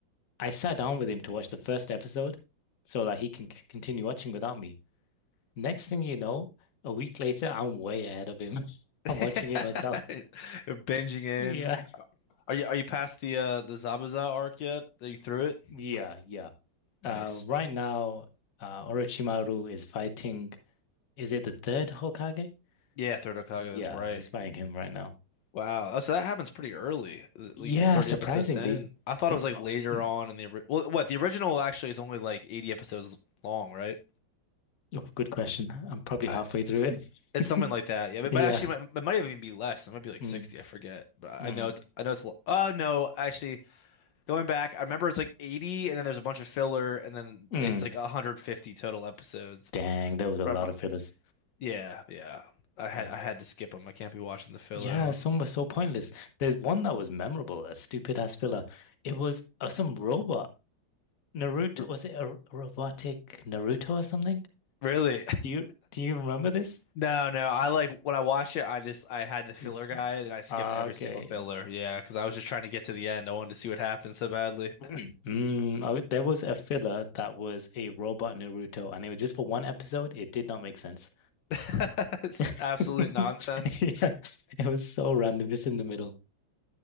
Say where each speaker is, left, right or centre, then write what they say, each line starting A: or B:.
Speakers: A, on the left; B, on the left.
A: I sat down with him to watch the first episode so that he can c continue watching without me. Next thing you know, a week later, I'm way ahead of him. <laughs>
B: Yeah.
A: I'm watching it myself.
B: <laughs> You're binging in.
A: Yeah.
B: Are you are you past the uh the Zabuza arc yet? Are you through it?
A: Yeah, yeah. Uh,
B: Nice.
A: right
B: Nice.
A: now, uh, Orochimaru is fighting. Is it the third Hokage?
B: Yeah, Third Hokage,
A: Yeah,
B: that's right.
A: he's fighting him right now.
B: Wow. Oh, So that happens pretty early, at
A: Yeah,
B: least at 30
A: surprisingly.
B: episodes in. I thought
A: May-
B: it was like
A: Oh,
B: later
A: mm.
B: on in the ori- well, what the original actually is only like 80 episodes long, right?
A: Oh, good question. I'm probably
B: I,
A: halfway through it. <laughs>
B: it's something like that. Yeah, but,
A: Yeah.
B: but actually, it might, it might even be less. It might be like
A: Mm,
B: 60. I forget. But I
A: mm,
B: know it's I know it's. l- Oh no, actually, going back, I remember it's like 80, and then there's a bunch of filler, and then
A: mm.
B: it's like 150 total episodes.
A: Dang, there was a
B: From
A: lot
B: my-
A: of fillers.
B: yeah, yeah. I
A: Yeah.
B: had I had to skip them. I can't be watching the filler.
A: Yeah,
B: I don't
A: some were so pointless. There's one that was memorable, a stupid ass filler. It was uh, some robot. Naruto,
B: have,
A: was it a r- robotic Naruto or something?
B: really?
A: Do you do you remember this?
B: No, no. I like when I watched it, I just I had the filler
A: Yes.
B: guide and I skipped
A: Ah,
B: every
A: okay.
B: single filler.
A: <clears throat>
B: Yeah, because I was just trying to get to the end. I wanted to see what happened so badly.
A: Mm, oh, there was a filler that was a robot Naruto, and it was just for one episode. It did not make sense.
B: <laughs> It's absolute
A: <laughs>
B: nonsense.
A: Yeah, it was so random, just in the middle.